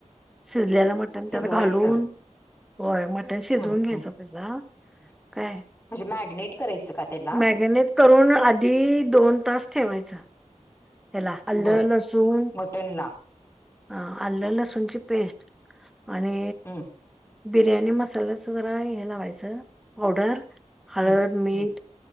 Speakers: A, in the centre; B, on the left.
A: शिजल्यालं मटण
B: शिजवायचं
A: त्यात घालून होय मटन शिजवून
B: हम्म
A: घ्यायचं
B: हम्म.
A: पहिला
B: म्हणजे
A: काय
B: मॅगनेट करायचं का त्याला
A: मॅगिनेट करून आधी दोन तास ठेवायचा. तेला आल्लं
B: बर
A: लसून
B: मटनला
A: ह आलं लसूणची पेस्ट आणि
B: हम्म
A: बिर्याणी म मसाल्याच जरा हे लावायचं पावडर
B: हम्म
A: हळद,
B: हम्म
A: मीठ,
B: हम्म